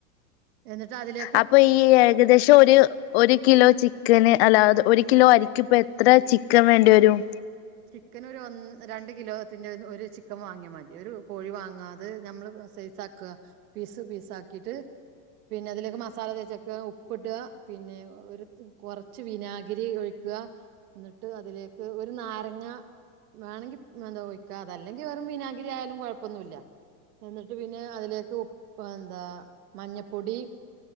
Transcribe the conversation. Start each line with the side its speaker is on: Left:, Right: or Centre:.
Right: എന്നിട്ട് അതില്
Left: അപ്പൊ ഈ ഏകദേശം ഒര് ഒരു കിലോ ചിക്കന് അല്ലാതെ ഒരു കിലോ അരിക്ക്പ്പോ എത്ര ചിക്കൻ വേണ്ടി വരും
Right: ചിക്കൻ ഒരു ഒന്ന രണ്ട് കിലോത്തിന്റെ ഒരു ചിക്കൻ വാങ്ങിയ മതി ഒരു കോഴി വാങ്ങാ അത് ഞമ്മള് സെയ്‌സ് പീസാക്കാ പീസ് പീസ് ആക്കിട്ട് പിന്നെ അതിലെക്ക് മസാല തേച്ചക്ക ഉപ്പിട പിന്നെ ഒര് തു കൊറ്ച്ച് വിനാഗിരി ഒഴിക്ക ഒഴിക്കാ ന്നിട്ട് അതിലേക്ക് ഒര് നാരങ്ങ നാരങ്ങ വണെങ്കി പ്പ് ഒയിക്കാ അതല്ലെങ്കി വെറും വിനാഗിരി ആയാലും കൊയ്പ്പൊന്നുല്ല എന്നിട്ട് പിന്നെ അതിലേക്ക് ഉപ്പ് എന്താ മഞ്ഞപ്പൊടി